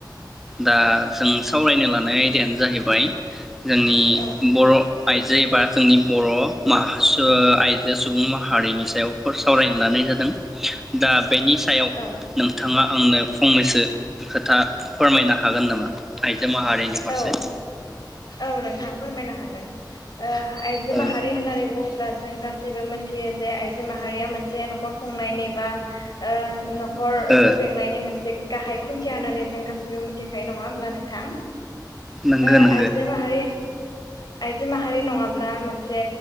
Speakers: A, in the centre; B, on the left.
A: दा जों सावरायनो लानाय आयदायानो जाहैबाय जोंनि
B: औ
A: बर' आइजो एबा जोंनि बर' माह सु ओ आइजो सुबुं माहारिनि सायाव फोर सावरायनो लानाय जादों दा बेनि सायाव
B: औ
A: नोंथाङा आंनो फंनैसो खोथा फोरमायनो हागोन नामा आइ जो माहारिनि फारसे।
B: औ औ नोंथां फोरमायनो हागोन ओ हा आइजो
A: ओ
B: माहारि होननानै बुङोब्ला जों गास सिबो मोनथियो जे आइ जो माहारिया मोनसे न'खर खुंनायनि बा ओ नख खरखौ
A: ओ
B: बेंनायनि मोनसे गाहाइ खुन्थिया होननानै जों गासिबो मिथिखायो नङा होमब्ला नोंथां?
A: नोंगो
B: ओ
A: नों
B: आइजो माहारि आइजो माहारि नङाब्ला ओ मोनसे